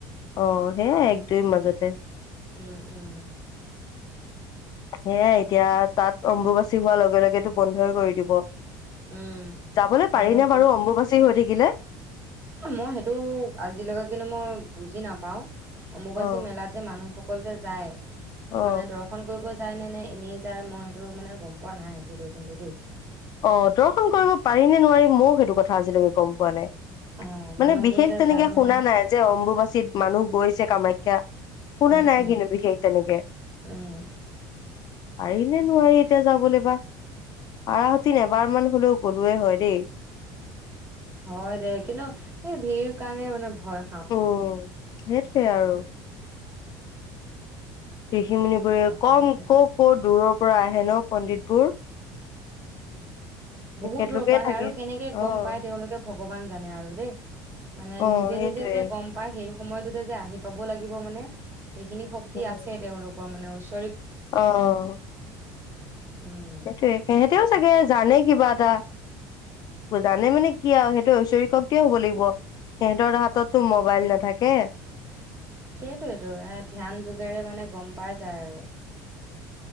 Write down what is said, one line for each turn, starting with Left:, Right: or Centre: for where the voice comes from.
Left: অ সেয়াই এক দুই মাজতে।
Right: উম উম।
Left: সেয়াই এতিয়া তাত অম্বুবাচী হোৱাৰ লগে লগেো বন্ধই কৰি দিব।
Right: উম,
Left: যাবলৈ
Right: বন্ধ
Left: পাৰিনে
Right: কৰি
Left: বাৰু অম্বুবাচী হৈ থাকি। কিলে।
Right: মই সেইটো আজিলৈকে কিন্তু মই বুজি নাপাওঁ। অম্বুবাসী
Left: অ
Right: মেলাত যে মানুহসক অকল যে যায়। কি
Left: অ
Right: মানে দৰ্শন কৰিব যায় নে নে এনেই যায় মই সেইটো মানে গম পোৱা নাই আজিলৈ কিন্তু দেই।
Left: অ', দৰ্শন কৰিব পাৰি নে নোৱাৰি ময়ো সেইটো কথা আজিলৈকে গম পোৱা নাই,
Right: অ',
Left: মানে
Right: মানুহবোৰ
Left: বিশেষ
Right: যে
Left: তেনেকে
Right: যায় মানে,
Left: শুনা নাই যে অম্বুবাচীত মানুহ গৈছে কামাখ্যা শুনা
Right: উম,
Left: নাই
Right: উম,
Left: কিন্তু বিশেষ তেনেকে।
Right: উম।
Left: পাৰি নে নোৱাৰি এতিয়া যাবলৈ বা, পাৰত দিন এবাৰমান হ'লেও গ'লোৱেই হয় দেই।
Right: হয় দে কিন্তু এই ভিৰ কাৰণে মানে ভয় খাম।
Left: উম সেইটোৱে আৰু। ঋষিমূনিবোৰে কম
Right: হয় দে,
Left: ক' ক' দূৰৰ পৰা আহে ন' পণ্ডিতবোৰ। তেখেতলোকে
Right: বহুত দূৰৰ পৰা আহে
Left: থাকে
Right: আৰু কেনেকে
Left: অ',
Right: গম পাই তেওঁলোকে ভগৱান জানে আৰু দেই। মানে
Left: অ',
Right: নিজে
Left: সেইটোৱে
Right: নিজে যে গম পায় সেইটো সময়তোতে যে আহি পাব লাগিব মানে সেইখিনি শক্তি
Left: উম,
Right: আছে তেওঁলোকৰ মানে ঈচ
Left: অ অহ।
Right: উম
Left: সেইটোৱে, সেহেতিওঁ চাগে জানে কিবা এটা, জানে মানে কি আও সেইটো ঐশ্বৰিক শক্তিয়ে হ'ব লাগিব সিহঁতৰ হাতততো ম'বাইল নাথাকে।
Right: সেইটোৱেতটো এ ধ্যান যুগেৰে মানে গম পাই যায় আৰু।